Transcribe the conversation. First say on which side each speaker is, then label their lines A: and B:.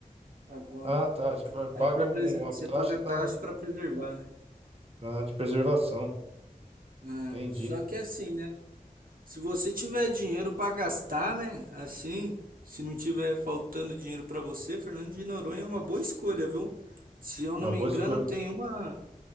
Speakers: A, on the right; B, on the right.
A: agora.
B: Ah, tá, já vai- paga
A: Aí pra
B: um-
A: prese-
B: um, uma
A: você
B: taxa
A: paga
B: tá,
A: taxa para preservar, né?
B: ah, de preservação,
A: Ah,
B: entendi.
A: só que é assim, né? Se você tiver dinheiro para gastar, né? Assim, se não tiver faltando dinheiro para você, Fernando de Noronha é uma boa escolha, viu? Se eu não
B: É uma
A: me
B: boa
A: engano,
B: escolha.
A: tem uma